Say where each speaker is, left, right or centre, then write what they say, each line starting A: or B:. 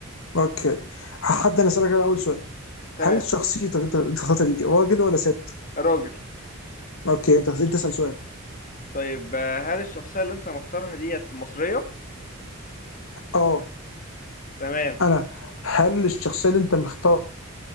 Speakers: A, on the left; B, on the left.
A: اوكي هبدا انا اسالك على اول سؤال
B: تمام
A: هل شخصيتك انت انت اخترتها دي راجل ولا ست؟
B: راجل
A: اوكي انت انت اسال سؤال
B: طيب آه، هل الشخصيه اللي انت مختارها ديت مصريه
A: اه
B: تمام
A: انا هل الشخصيه اللي انت مختارها